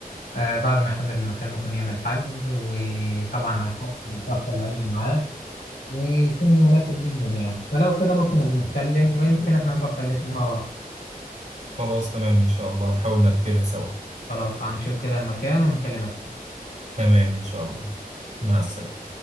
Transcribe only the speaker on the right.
خلاص تمام ان شاء الله نحاول نرتبها سوا
تمام ان شاء الله
مع السلامة